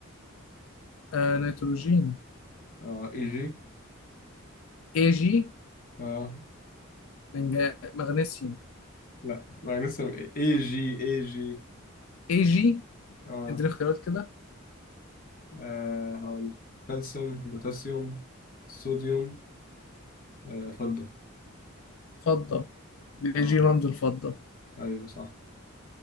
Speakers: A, on the left (about 80°); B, on the left (about 45°).
A: آه نيتروجين
B: اه <laughs> اي جي
A: AG
B: اه
A: من جا- مغنيسيوم
B: لا ما لسه اي جي اي جي
A: AG
B: اه
A: اديني اختيارات كده
B: آه، هقول كالسيوم بوتاسيوم صوديوم آه فضة
A: فضة الاي
B: اه
A: جي رمز الفضة
B: ايوه صح